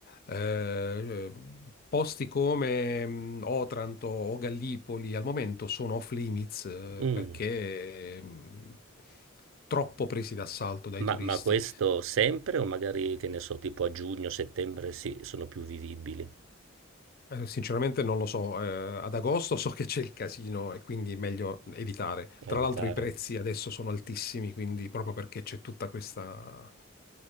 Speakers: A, on the left; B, on the right.
A: eh, posti come mh, Otranto o Gallipoli al momento sono off limits eh,
B: mm.
A: perché mh, troppo presi d'assalto dai
B: Ma,
A: turisti.
B: ma questo sempre o magari, che ne so, tipo a giugno, settembre sì, sono più vivibili,
A: Eh, sinceramente non lo so, eh, ad agosto so che c'è il casino e quindi è meglio evitare.
B: a
A: Tra
B: evitare.
A: l'altro i prezzi adesso sono altissimi, quindi proprio perché c'è tutta questa